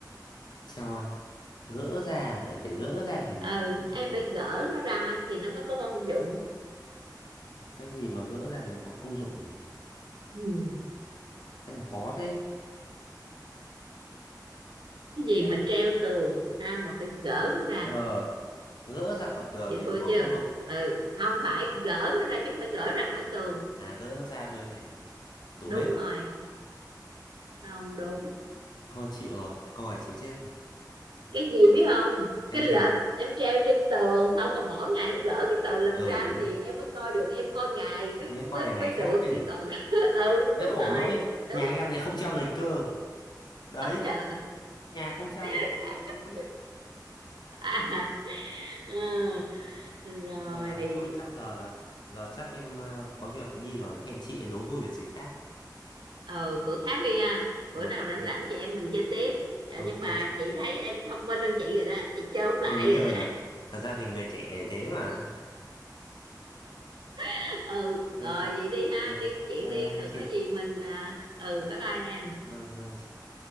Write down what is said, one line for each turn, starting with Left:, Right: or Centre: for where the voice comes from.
Left: treo à? gỡ ra à? lại phải gỡ ra thì mới
Right: ừ
Left: có công dụng
Right: em
Left: à?
Right: phải gỡ nó ra thì nó mới có công dụng
Left: cái gì mà gỡ ra thì mới có công dụng nhỉ
Right: ừ.
Left: cái này khó thế
Right: cái gì
Left: Em.
Right: mà treo tường ra mà phải gỡ nó ra
Left: ờ gỡ ra khỏi tường
Right: vậy
Left: thì
Right: thua
Left: mới có
Right: chưa
Left: công dụng
Right: ừ không phải gỡ nó ra chúng phải gỡ ra khỏi tường
Left: à gỡ nó ra thôi gì tủ
Right: đúng
Left: bếp
Right: rồi không đúng
Left: thôi chịu rồi câu này chịu chết rồi
Right: cái gì biết không
Left: cái
Right: cái lịch
Left: gì
Right: em treo trên tường xong mà mỗi ngày em gỡ cái tờ lịch
Left: ừ
Right: ra
Left: nhỉ
Right: thì em mới coi được em coi ngày mới
Left: mới coi
Right: mới,
Left: là ngày
Right: mới được
Left: khác chứ
Right: chứ
Left: nhỉ
Right: còn <laughs> ừ
Left: cái
Right: đúng
Left: khổ
Right: rồi
Left: nỗi
Right: đúng
Left: nhà em
Right: rồi
Left: lại không treo lịch cơ đấy
Right: Ôi trời
Left: nhà không treo lịch
Right: <laughs>
Left: cơ nên không biết
Right: à, ừ,
Left: Đấy.
Right: rồi
Left: Nhưng mà thôi chắc giờ là giờ chắc em ờ, có việc phải đi rồi. Hẹn chị đố vui về dịp khác.
Right: ừ, bữa khác đi ha
Left: Ờ,
Right: bữa nào
Left: ok
Right: rảnh rảnh
Left: chị.
Right: chị em mình chơi tiếp Trời,
Left: Ok
Right: nhưng mà
Left: chị.
Right: chị thấy em thông minh hơn chị rồi đó chị chơi không lại
Left: Thông minh
Right: rồi
Left: hơn
Right: đó
Left: à? Thật ra thì người trẻ thế mà.
Right: <laughs> ừ
Left: Đấy.
Right: rồi vậy đi ha
Left: Vâng.
Right: đi công chuyện
Left: Bye
Right: đi
Left: bye
Right: rồi
Left: chị.
Right: có gì mình à, ừ bye bye em
Left: Vâng bye chị.